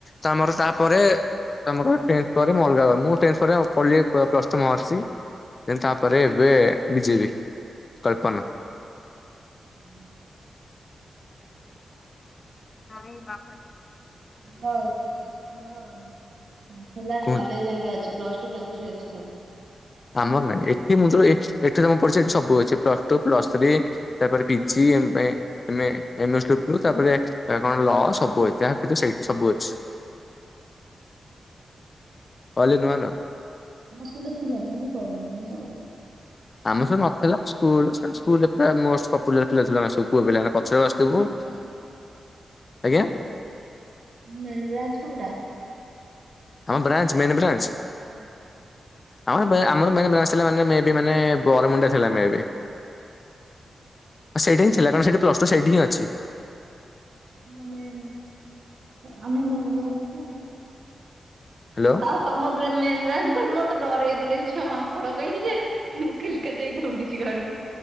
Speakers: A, on the left; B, on the right.
A: ତ ଆମର ତାପରେ ଆମର ଟେନଥ ପରେ ମୁଁ ଅଲଗା ମୁଁ ଟେନ୍ଥ ପରେ ପଢିଲି କ ପ୍ଲସ ଟୁ ମହର୍ଷି। ଦେନ ତାପରେ ଏବେ ବିଜେବି କଳ୍ପନା।
B: <unintelligible>
A: ନାଇ <unintelligible>
B: ନାଇ ଆମର ହେଲା
A: କୁହନ୍ତୁ।
B: କଲେଜ ଘରିକି ଅଛି ପ୍ଲସ ଟୁ ପ୍ଲସ ଥ୍ରୀ ଅଛି ସବୁ।
A: ଆମର ନହିଁ। ଏଠି ମୁଁ ଯୋଉ ଏଠି ଯୋଉ ମୁ ପଢୁଛି ଏଠି ସବୁ ଅଛି ପ୍ଲସ ଟୁ, ପ୍ଲସ ଥ୍ରୀ, ତାପରେ PG, MA MA M S W, ତାପରେ କଣ ଲ ସବୁ ଅଛି। ଯାହା ଖୋଜିବ ସେଇଠି ସବୁ ଅଛି। ଅଲ୍ ଇଁନ ୱାନ ଆଉ।
B: ଆମ ସ୍କୁଲ ରେ ଥିଲା କି ମୁଁ ପଢିନଲିନି ଆଉ।
A: ଆମର ସବୁ ନଥିଲା ସ୍କୁଲ ସେ ସ୍କୁଲ। ପୁର ମୋଷ୍ଟ ପପୁଲାର ପିଲା ଥିଲୁ ଆମେ ସବୁ ପୁଅ ପିଲାମାନେ
B: ତମ
A: ପଛରେ
B: ବ୍ରାଞ୍ଚ
A: ବସିଥିବୁ।
B: ତମ ବ୍ରାଞ୍ଚ
A: ଆଜ୍ଞା।
B: ମେନ୍ ବ୍ରାଞ୍ଚ କଉଟା।
A: ଆମ ବ୍ରାଞ୍ଚ ମେନ୍ ବ୍ରାଞ୍ଚ।
B: ହଁ।
A: ଆମ ବେ ଆମର। ମାନେ ବ୍ରାଞ୍ଚ ଥିଲା ମାନେ ମେ ବି ମାନେ ବରମୁଣ୍ଡା ଥିଲା ମେ ବି। ହଁ ସେଇଠି ହିଁ ଥିଲା। କାରଣ ସେଇଠି ପ୍ଲସ ଟୁ ସେଇଠି ହିଁ ଅଛି।
B: ହୁଁ ମେ ବ ଆମେ ମୋ ମୋ ସ <unintelligible>
A: ହ୍ୟାଲୋ
B: ଜା ହଉ ତମ ବ୍ରେ ମେନ୍ ବ୍ରାଞ୍ଚ କୋଉ ମତେ ଡରେଇ ଲେ ଛୁଆ ମାଙ୍କଡ କହିକି ଯେ ମୁଁ କିଲ କତିଆ ହୋଇ ଦୋଉଡିଛି ଘରୁ।